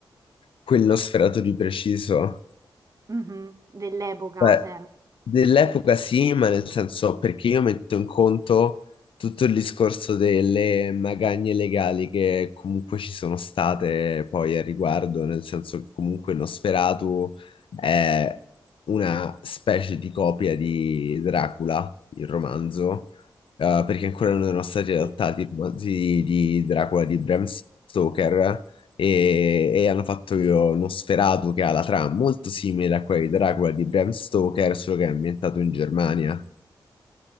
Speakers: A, on the left; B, on the right.
A: Quello sferato di preciso.
B: Mhm, Dell'epoca
A: Beh,
B: sempre.
A: dell'epoca sì, ma nel senso perché io metto in conto tutto il discorso delle magagne legali che comunque ci sono state poi a riguardo, nel senso che comunque Nosferatu è una specie di copia di Dracula, il romanzo, eh, perché ancora non erano stati adattati
B: Sì.
A: i romanzi di, di Dracula di Bram Stoker e, e hanno fatto Nosferatu che ha la trama molto simile a quella di Dracula di Bram Stoker, solo che è ambientato in Germania.